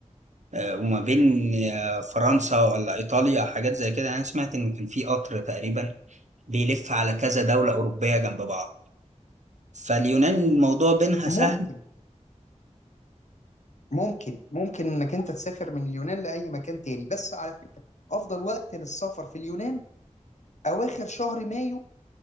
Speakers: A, on the right (about 70°); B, on the left (about 65°).
A: آه، وما بين آه، فرنسا ولا ايطاليا حاجات زي كده انا سمعت ان كان في قطر تقريبا بيلف على كذا دوله اوروبيه جنب بعض فاليونان الموضوع بينها
B: ممكن
A: سهل
B: ممكن ممكن انك انت تسافر من اليونان لأي مكان تاني بس على فكرة أفضل وقت للسفر في اليونان أواخر شهر مايو